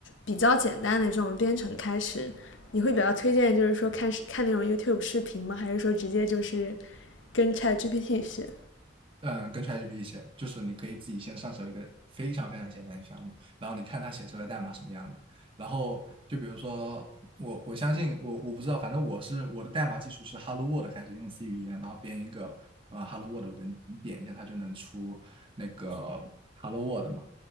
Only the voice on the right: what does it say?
嗯，跟 ChatGPT 写，就是你可以自己先上手一个非常非常简单的项目，然后你看它写出来的代码什么样的。然后就比如说我，我相信我我不知道，反正我是我的代码基础是 Hello World 开始用 C 语言，然后编一个啊 Hello World 文，你点一下它就能出那个 Hello World 嘛，